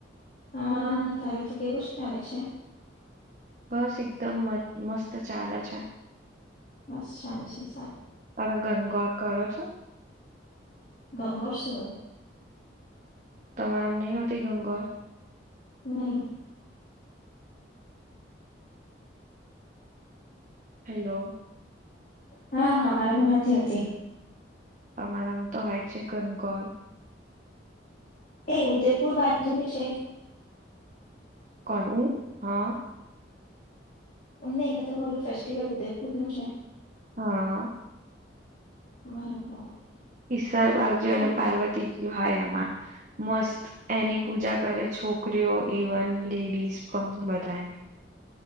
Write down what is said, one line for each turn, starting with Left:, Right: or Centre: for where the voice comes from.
Left: હા તારે તો કેવું ચાલે છે?
Right: બસ એકદમ મસ્ત ચાલે છે.
Left: બસ સામે છે સાત.
Right: તમે ઘનગોર કરો છો?
Left: ગંગરસર.
Right: તમારામાં નહ હોતી ગંગર.?
Left: નહી.
Right: હેલો.
Left: હા હા મારામાં નથી હોતી.
Right: તમારામાં તો હોય છે ગનગોર
Left: એ ઉદયપુર બાજુ છે.
Right: કનું હા.
Left: નહીમાં તો બોલું ફેસ્ટિવલ ઉદયપુર નું છે.
Right: હા.
Left: બરોબર.
Right: ઈશ્વર બાજી અને
Left: કેમ
Right: પાર્વતીજી હોય આમાં. મસ્ત એની પૂજા કરે છોકરીઓ ઇવન લેડીઝ પણ બધા એમ.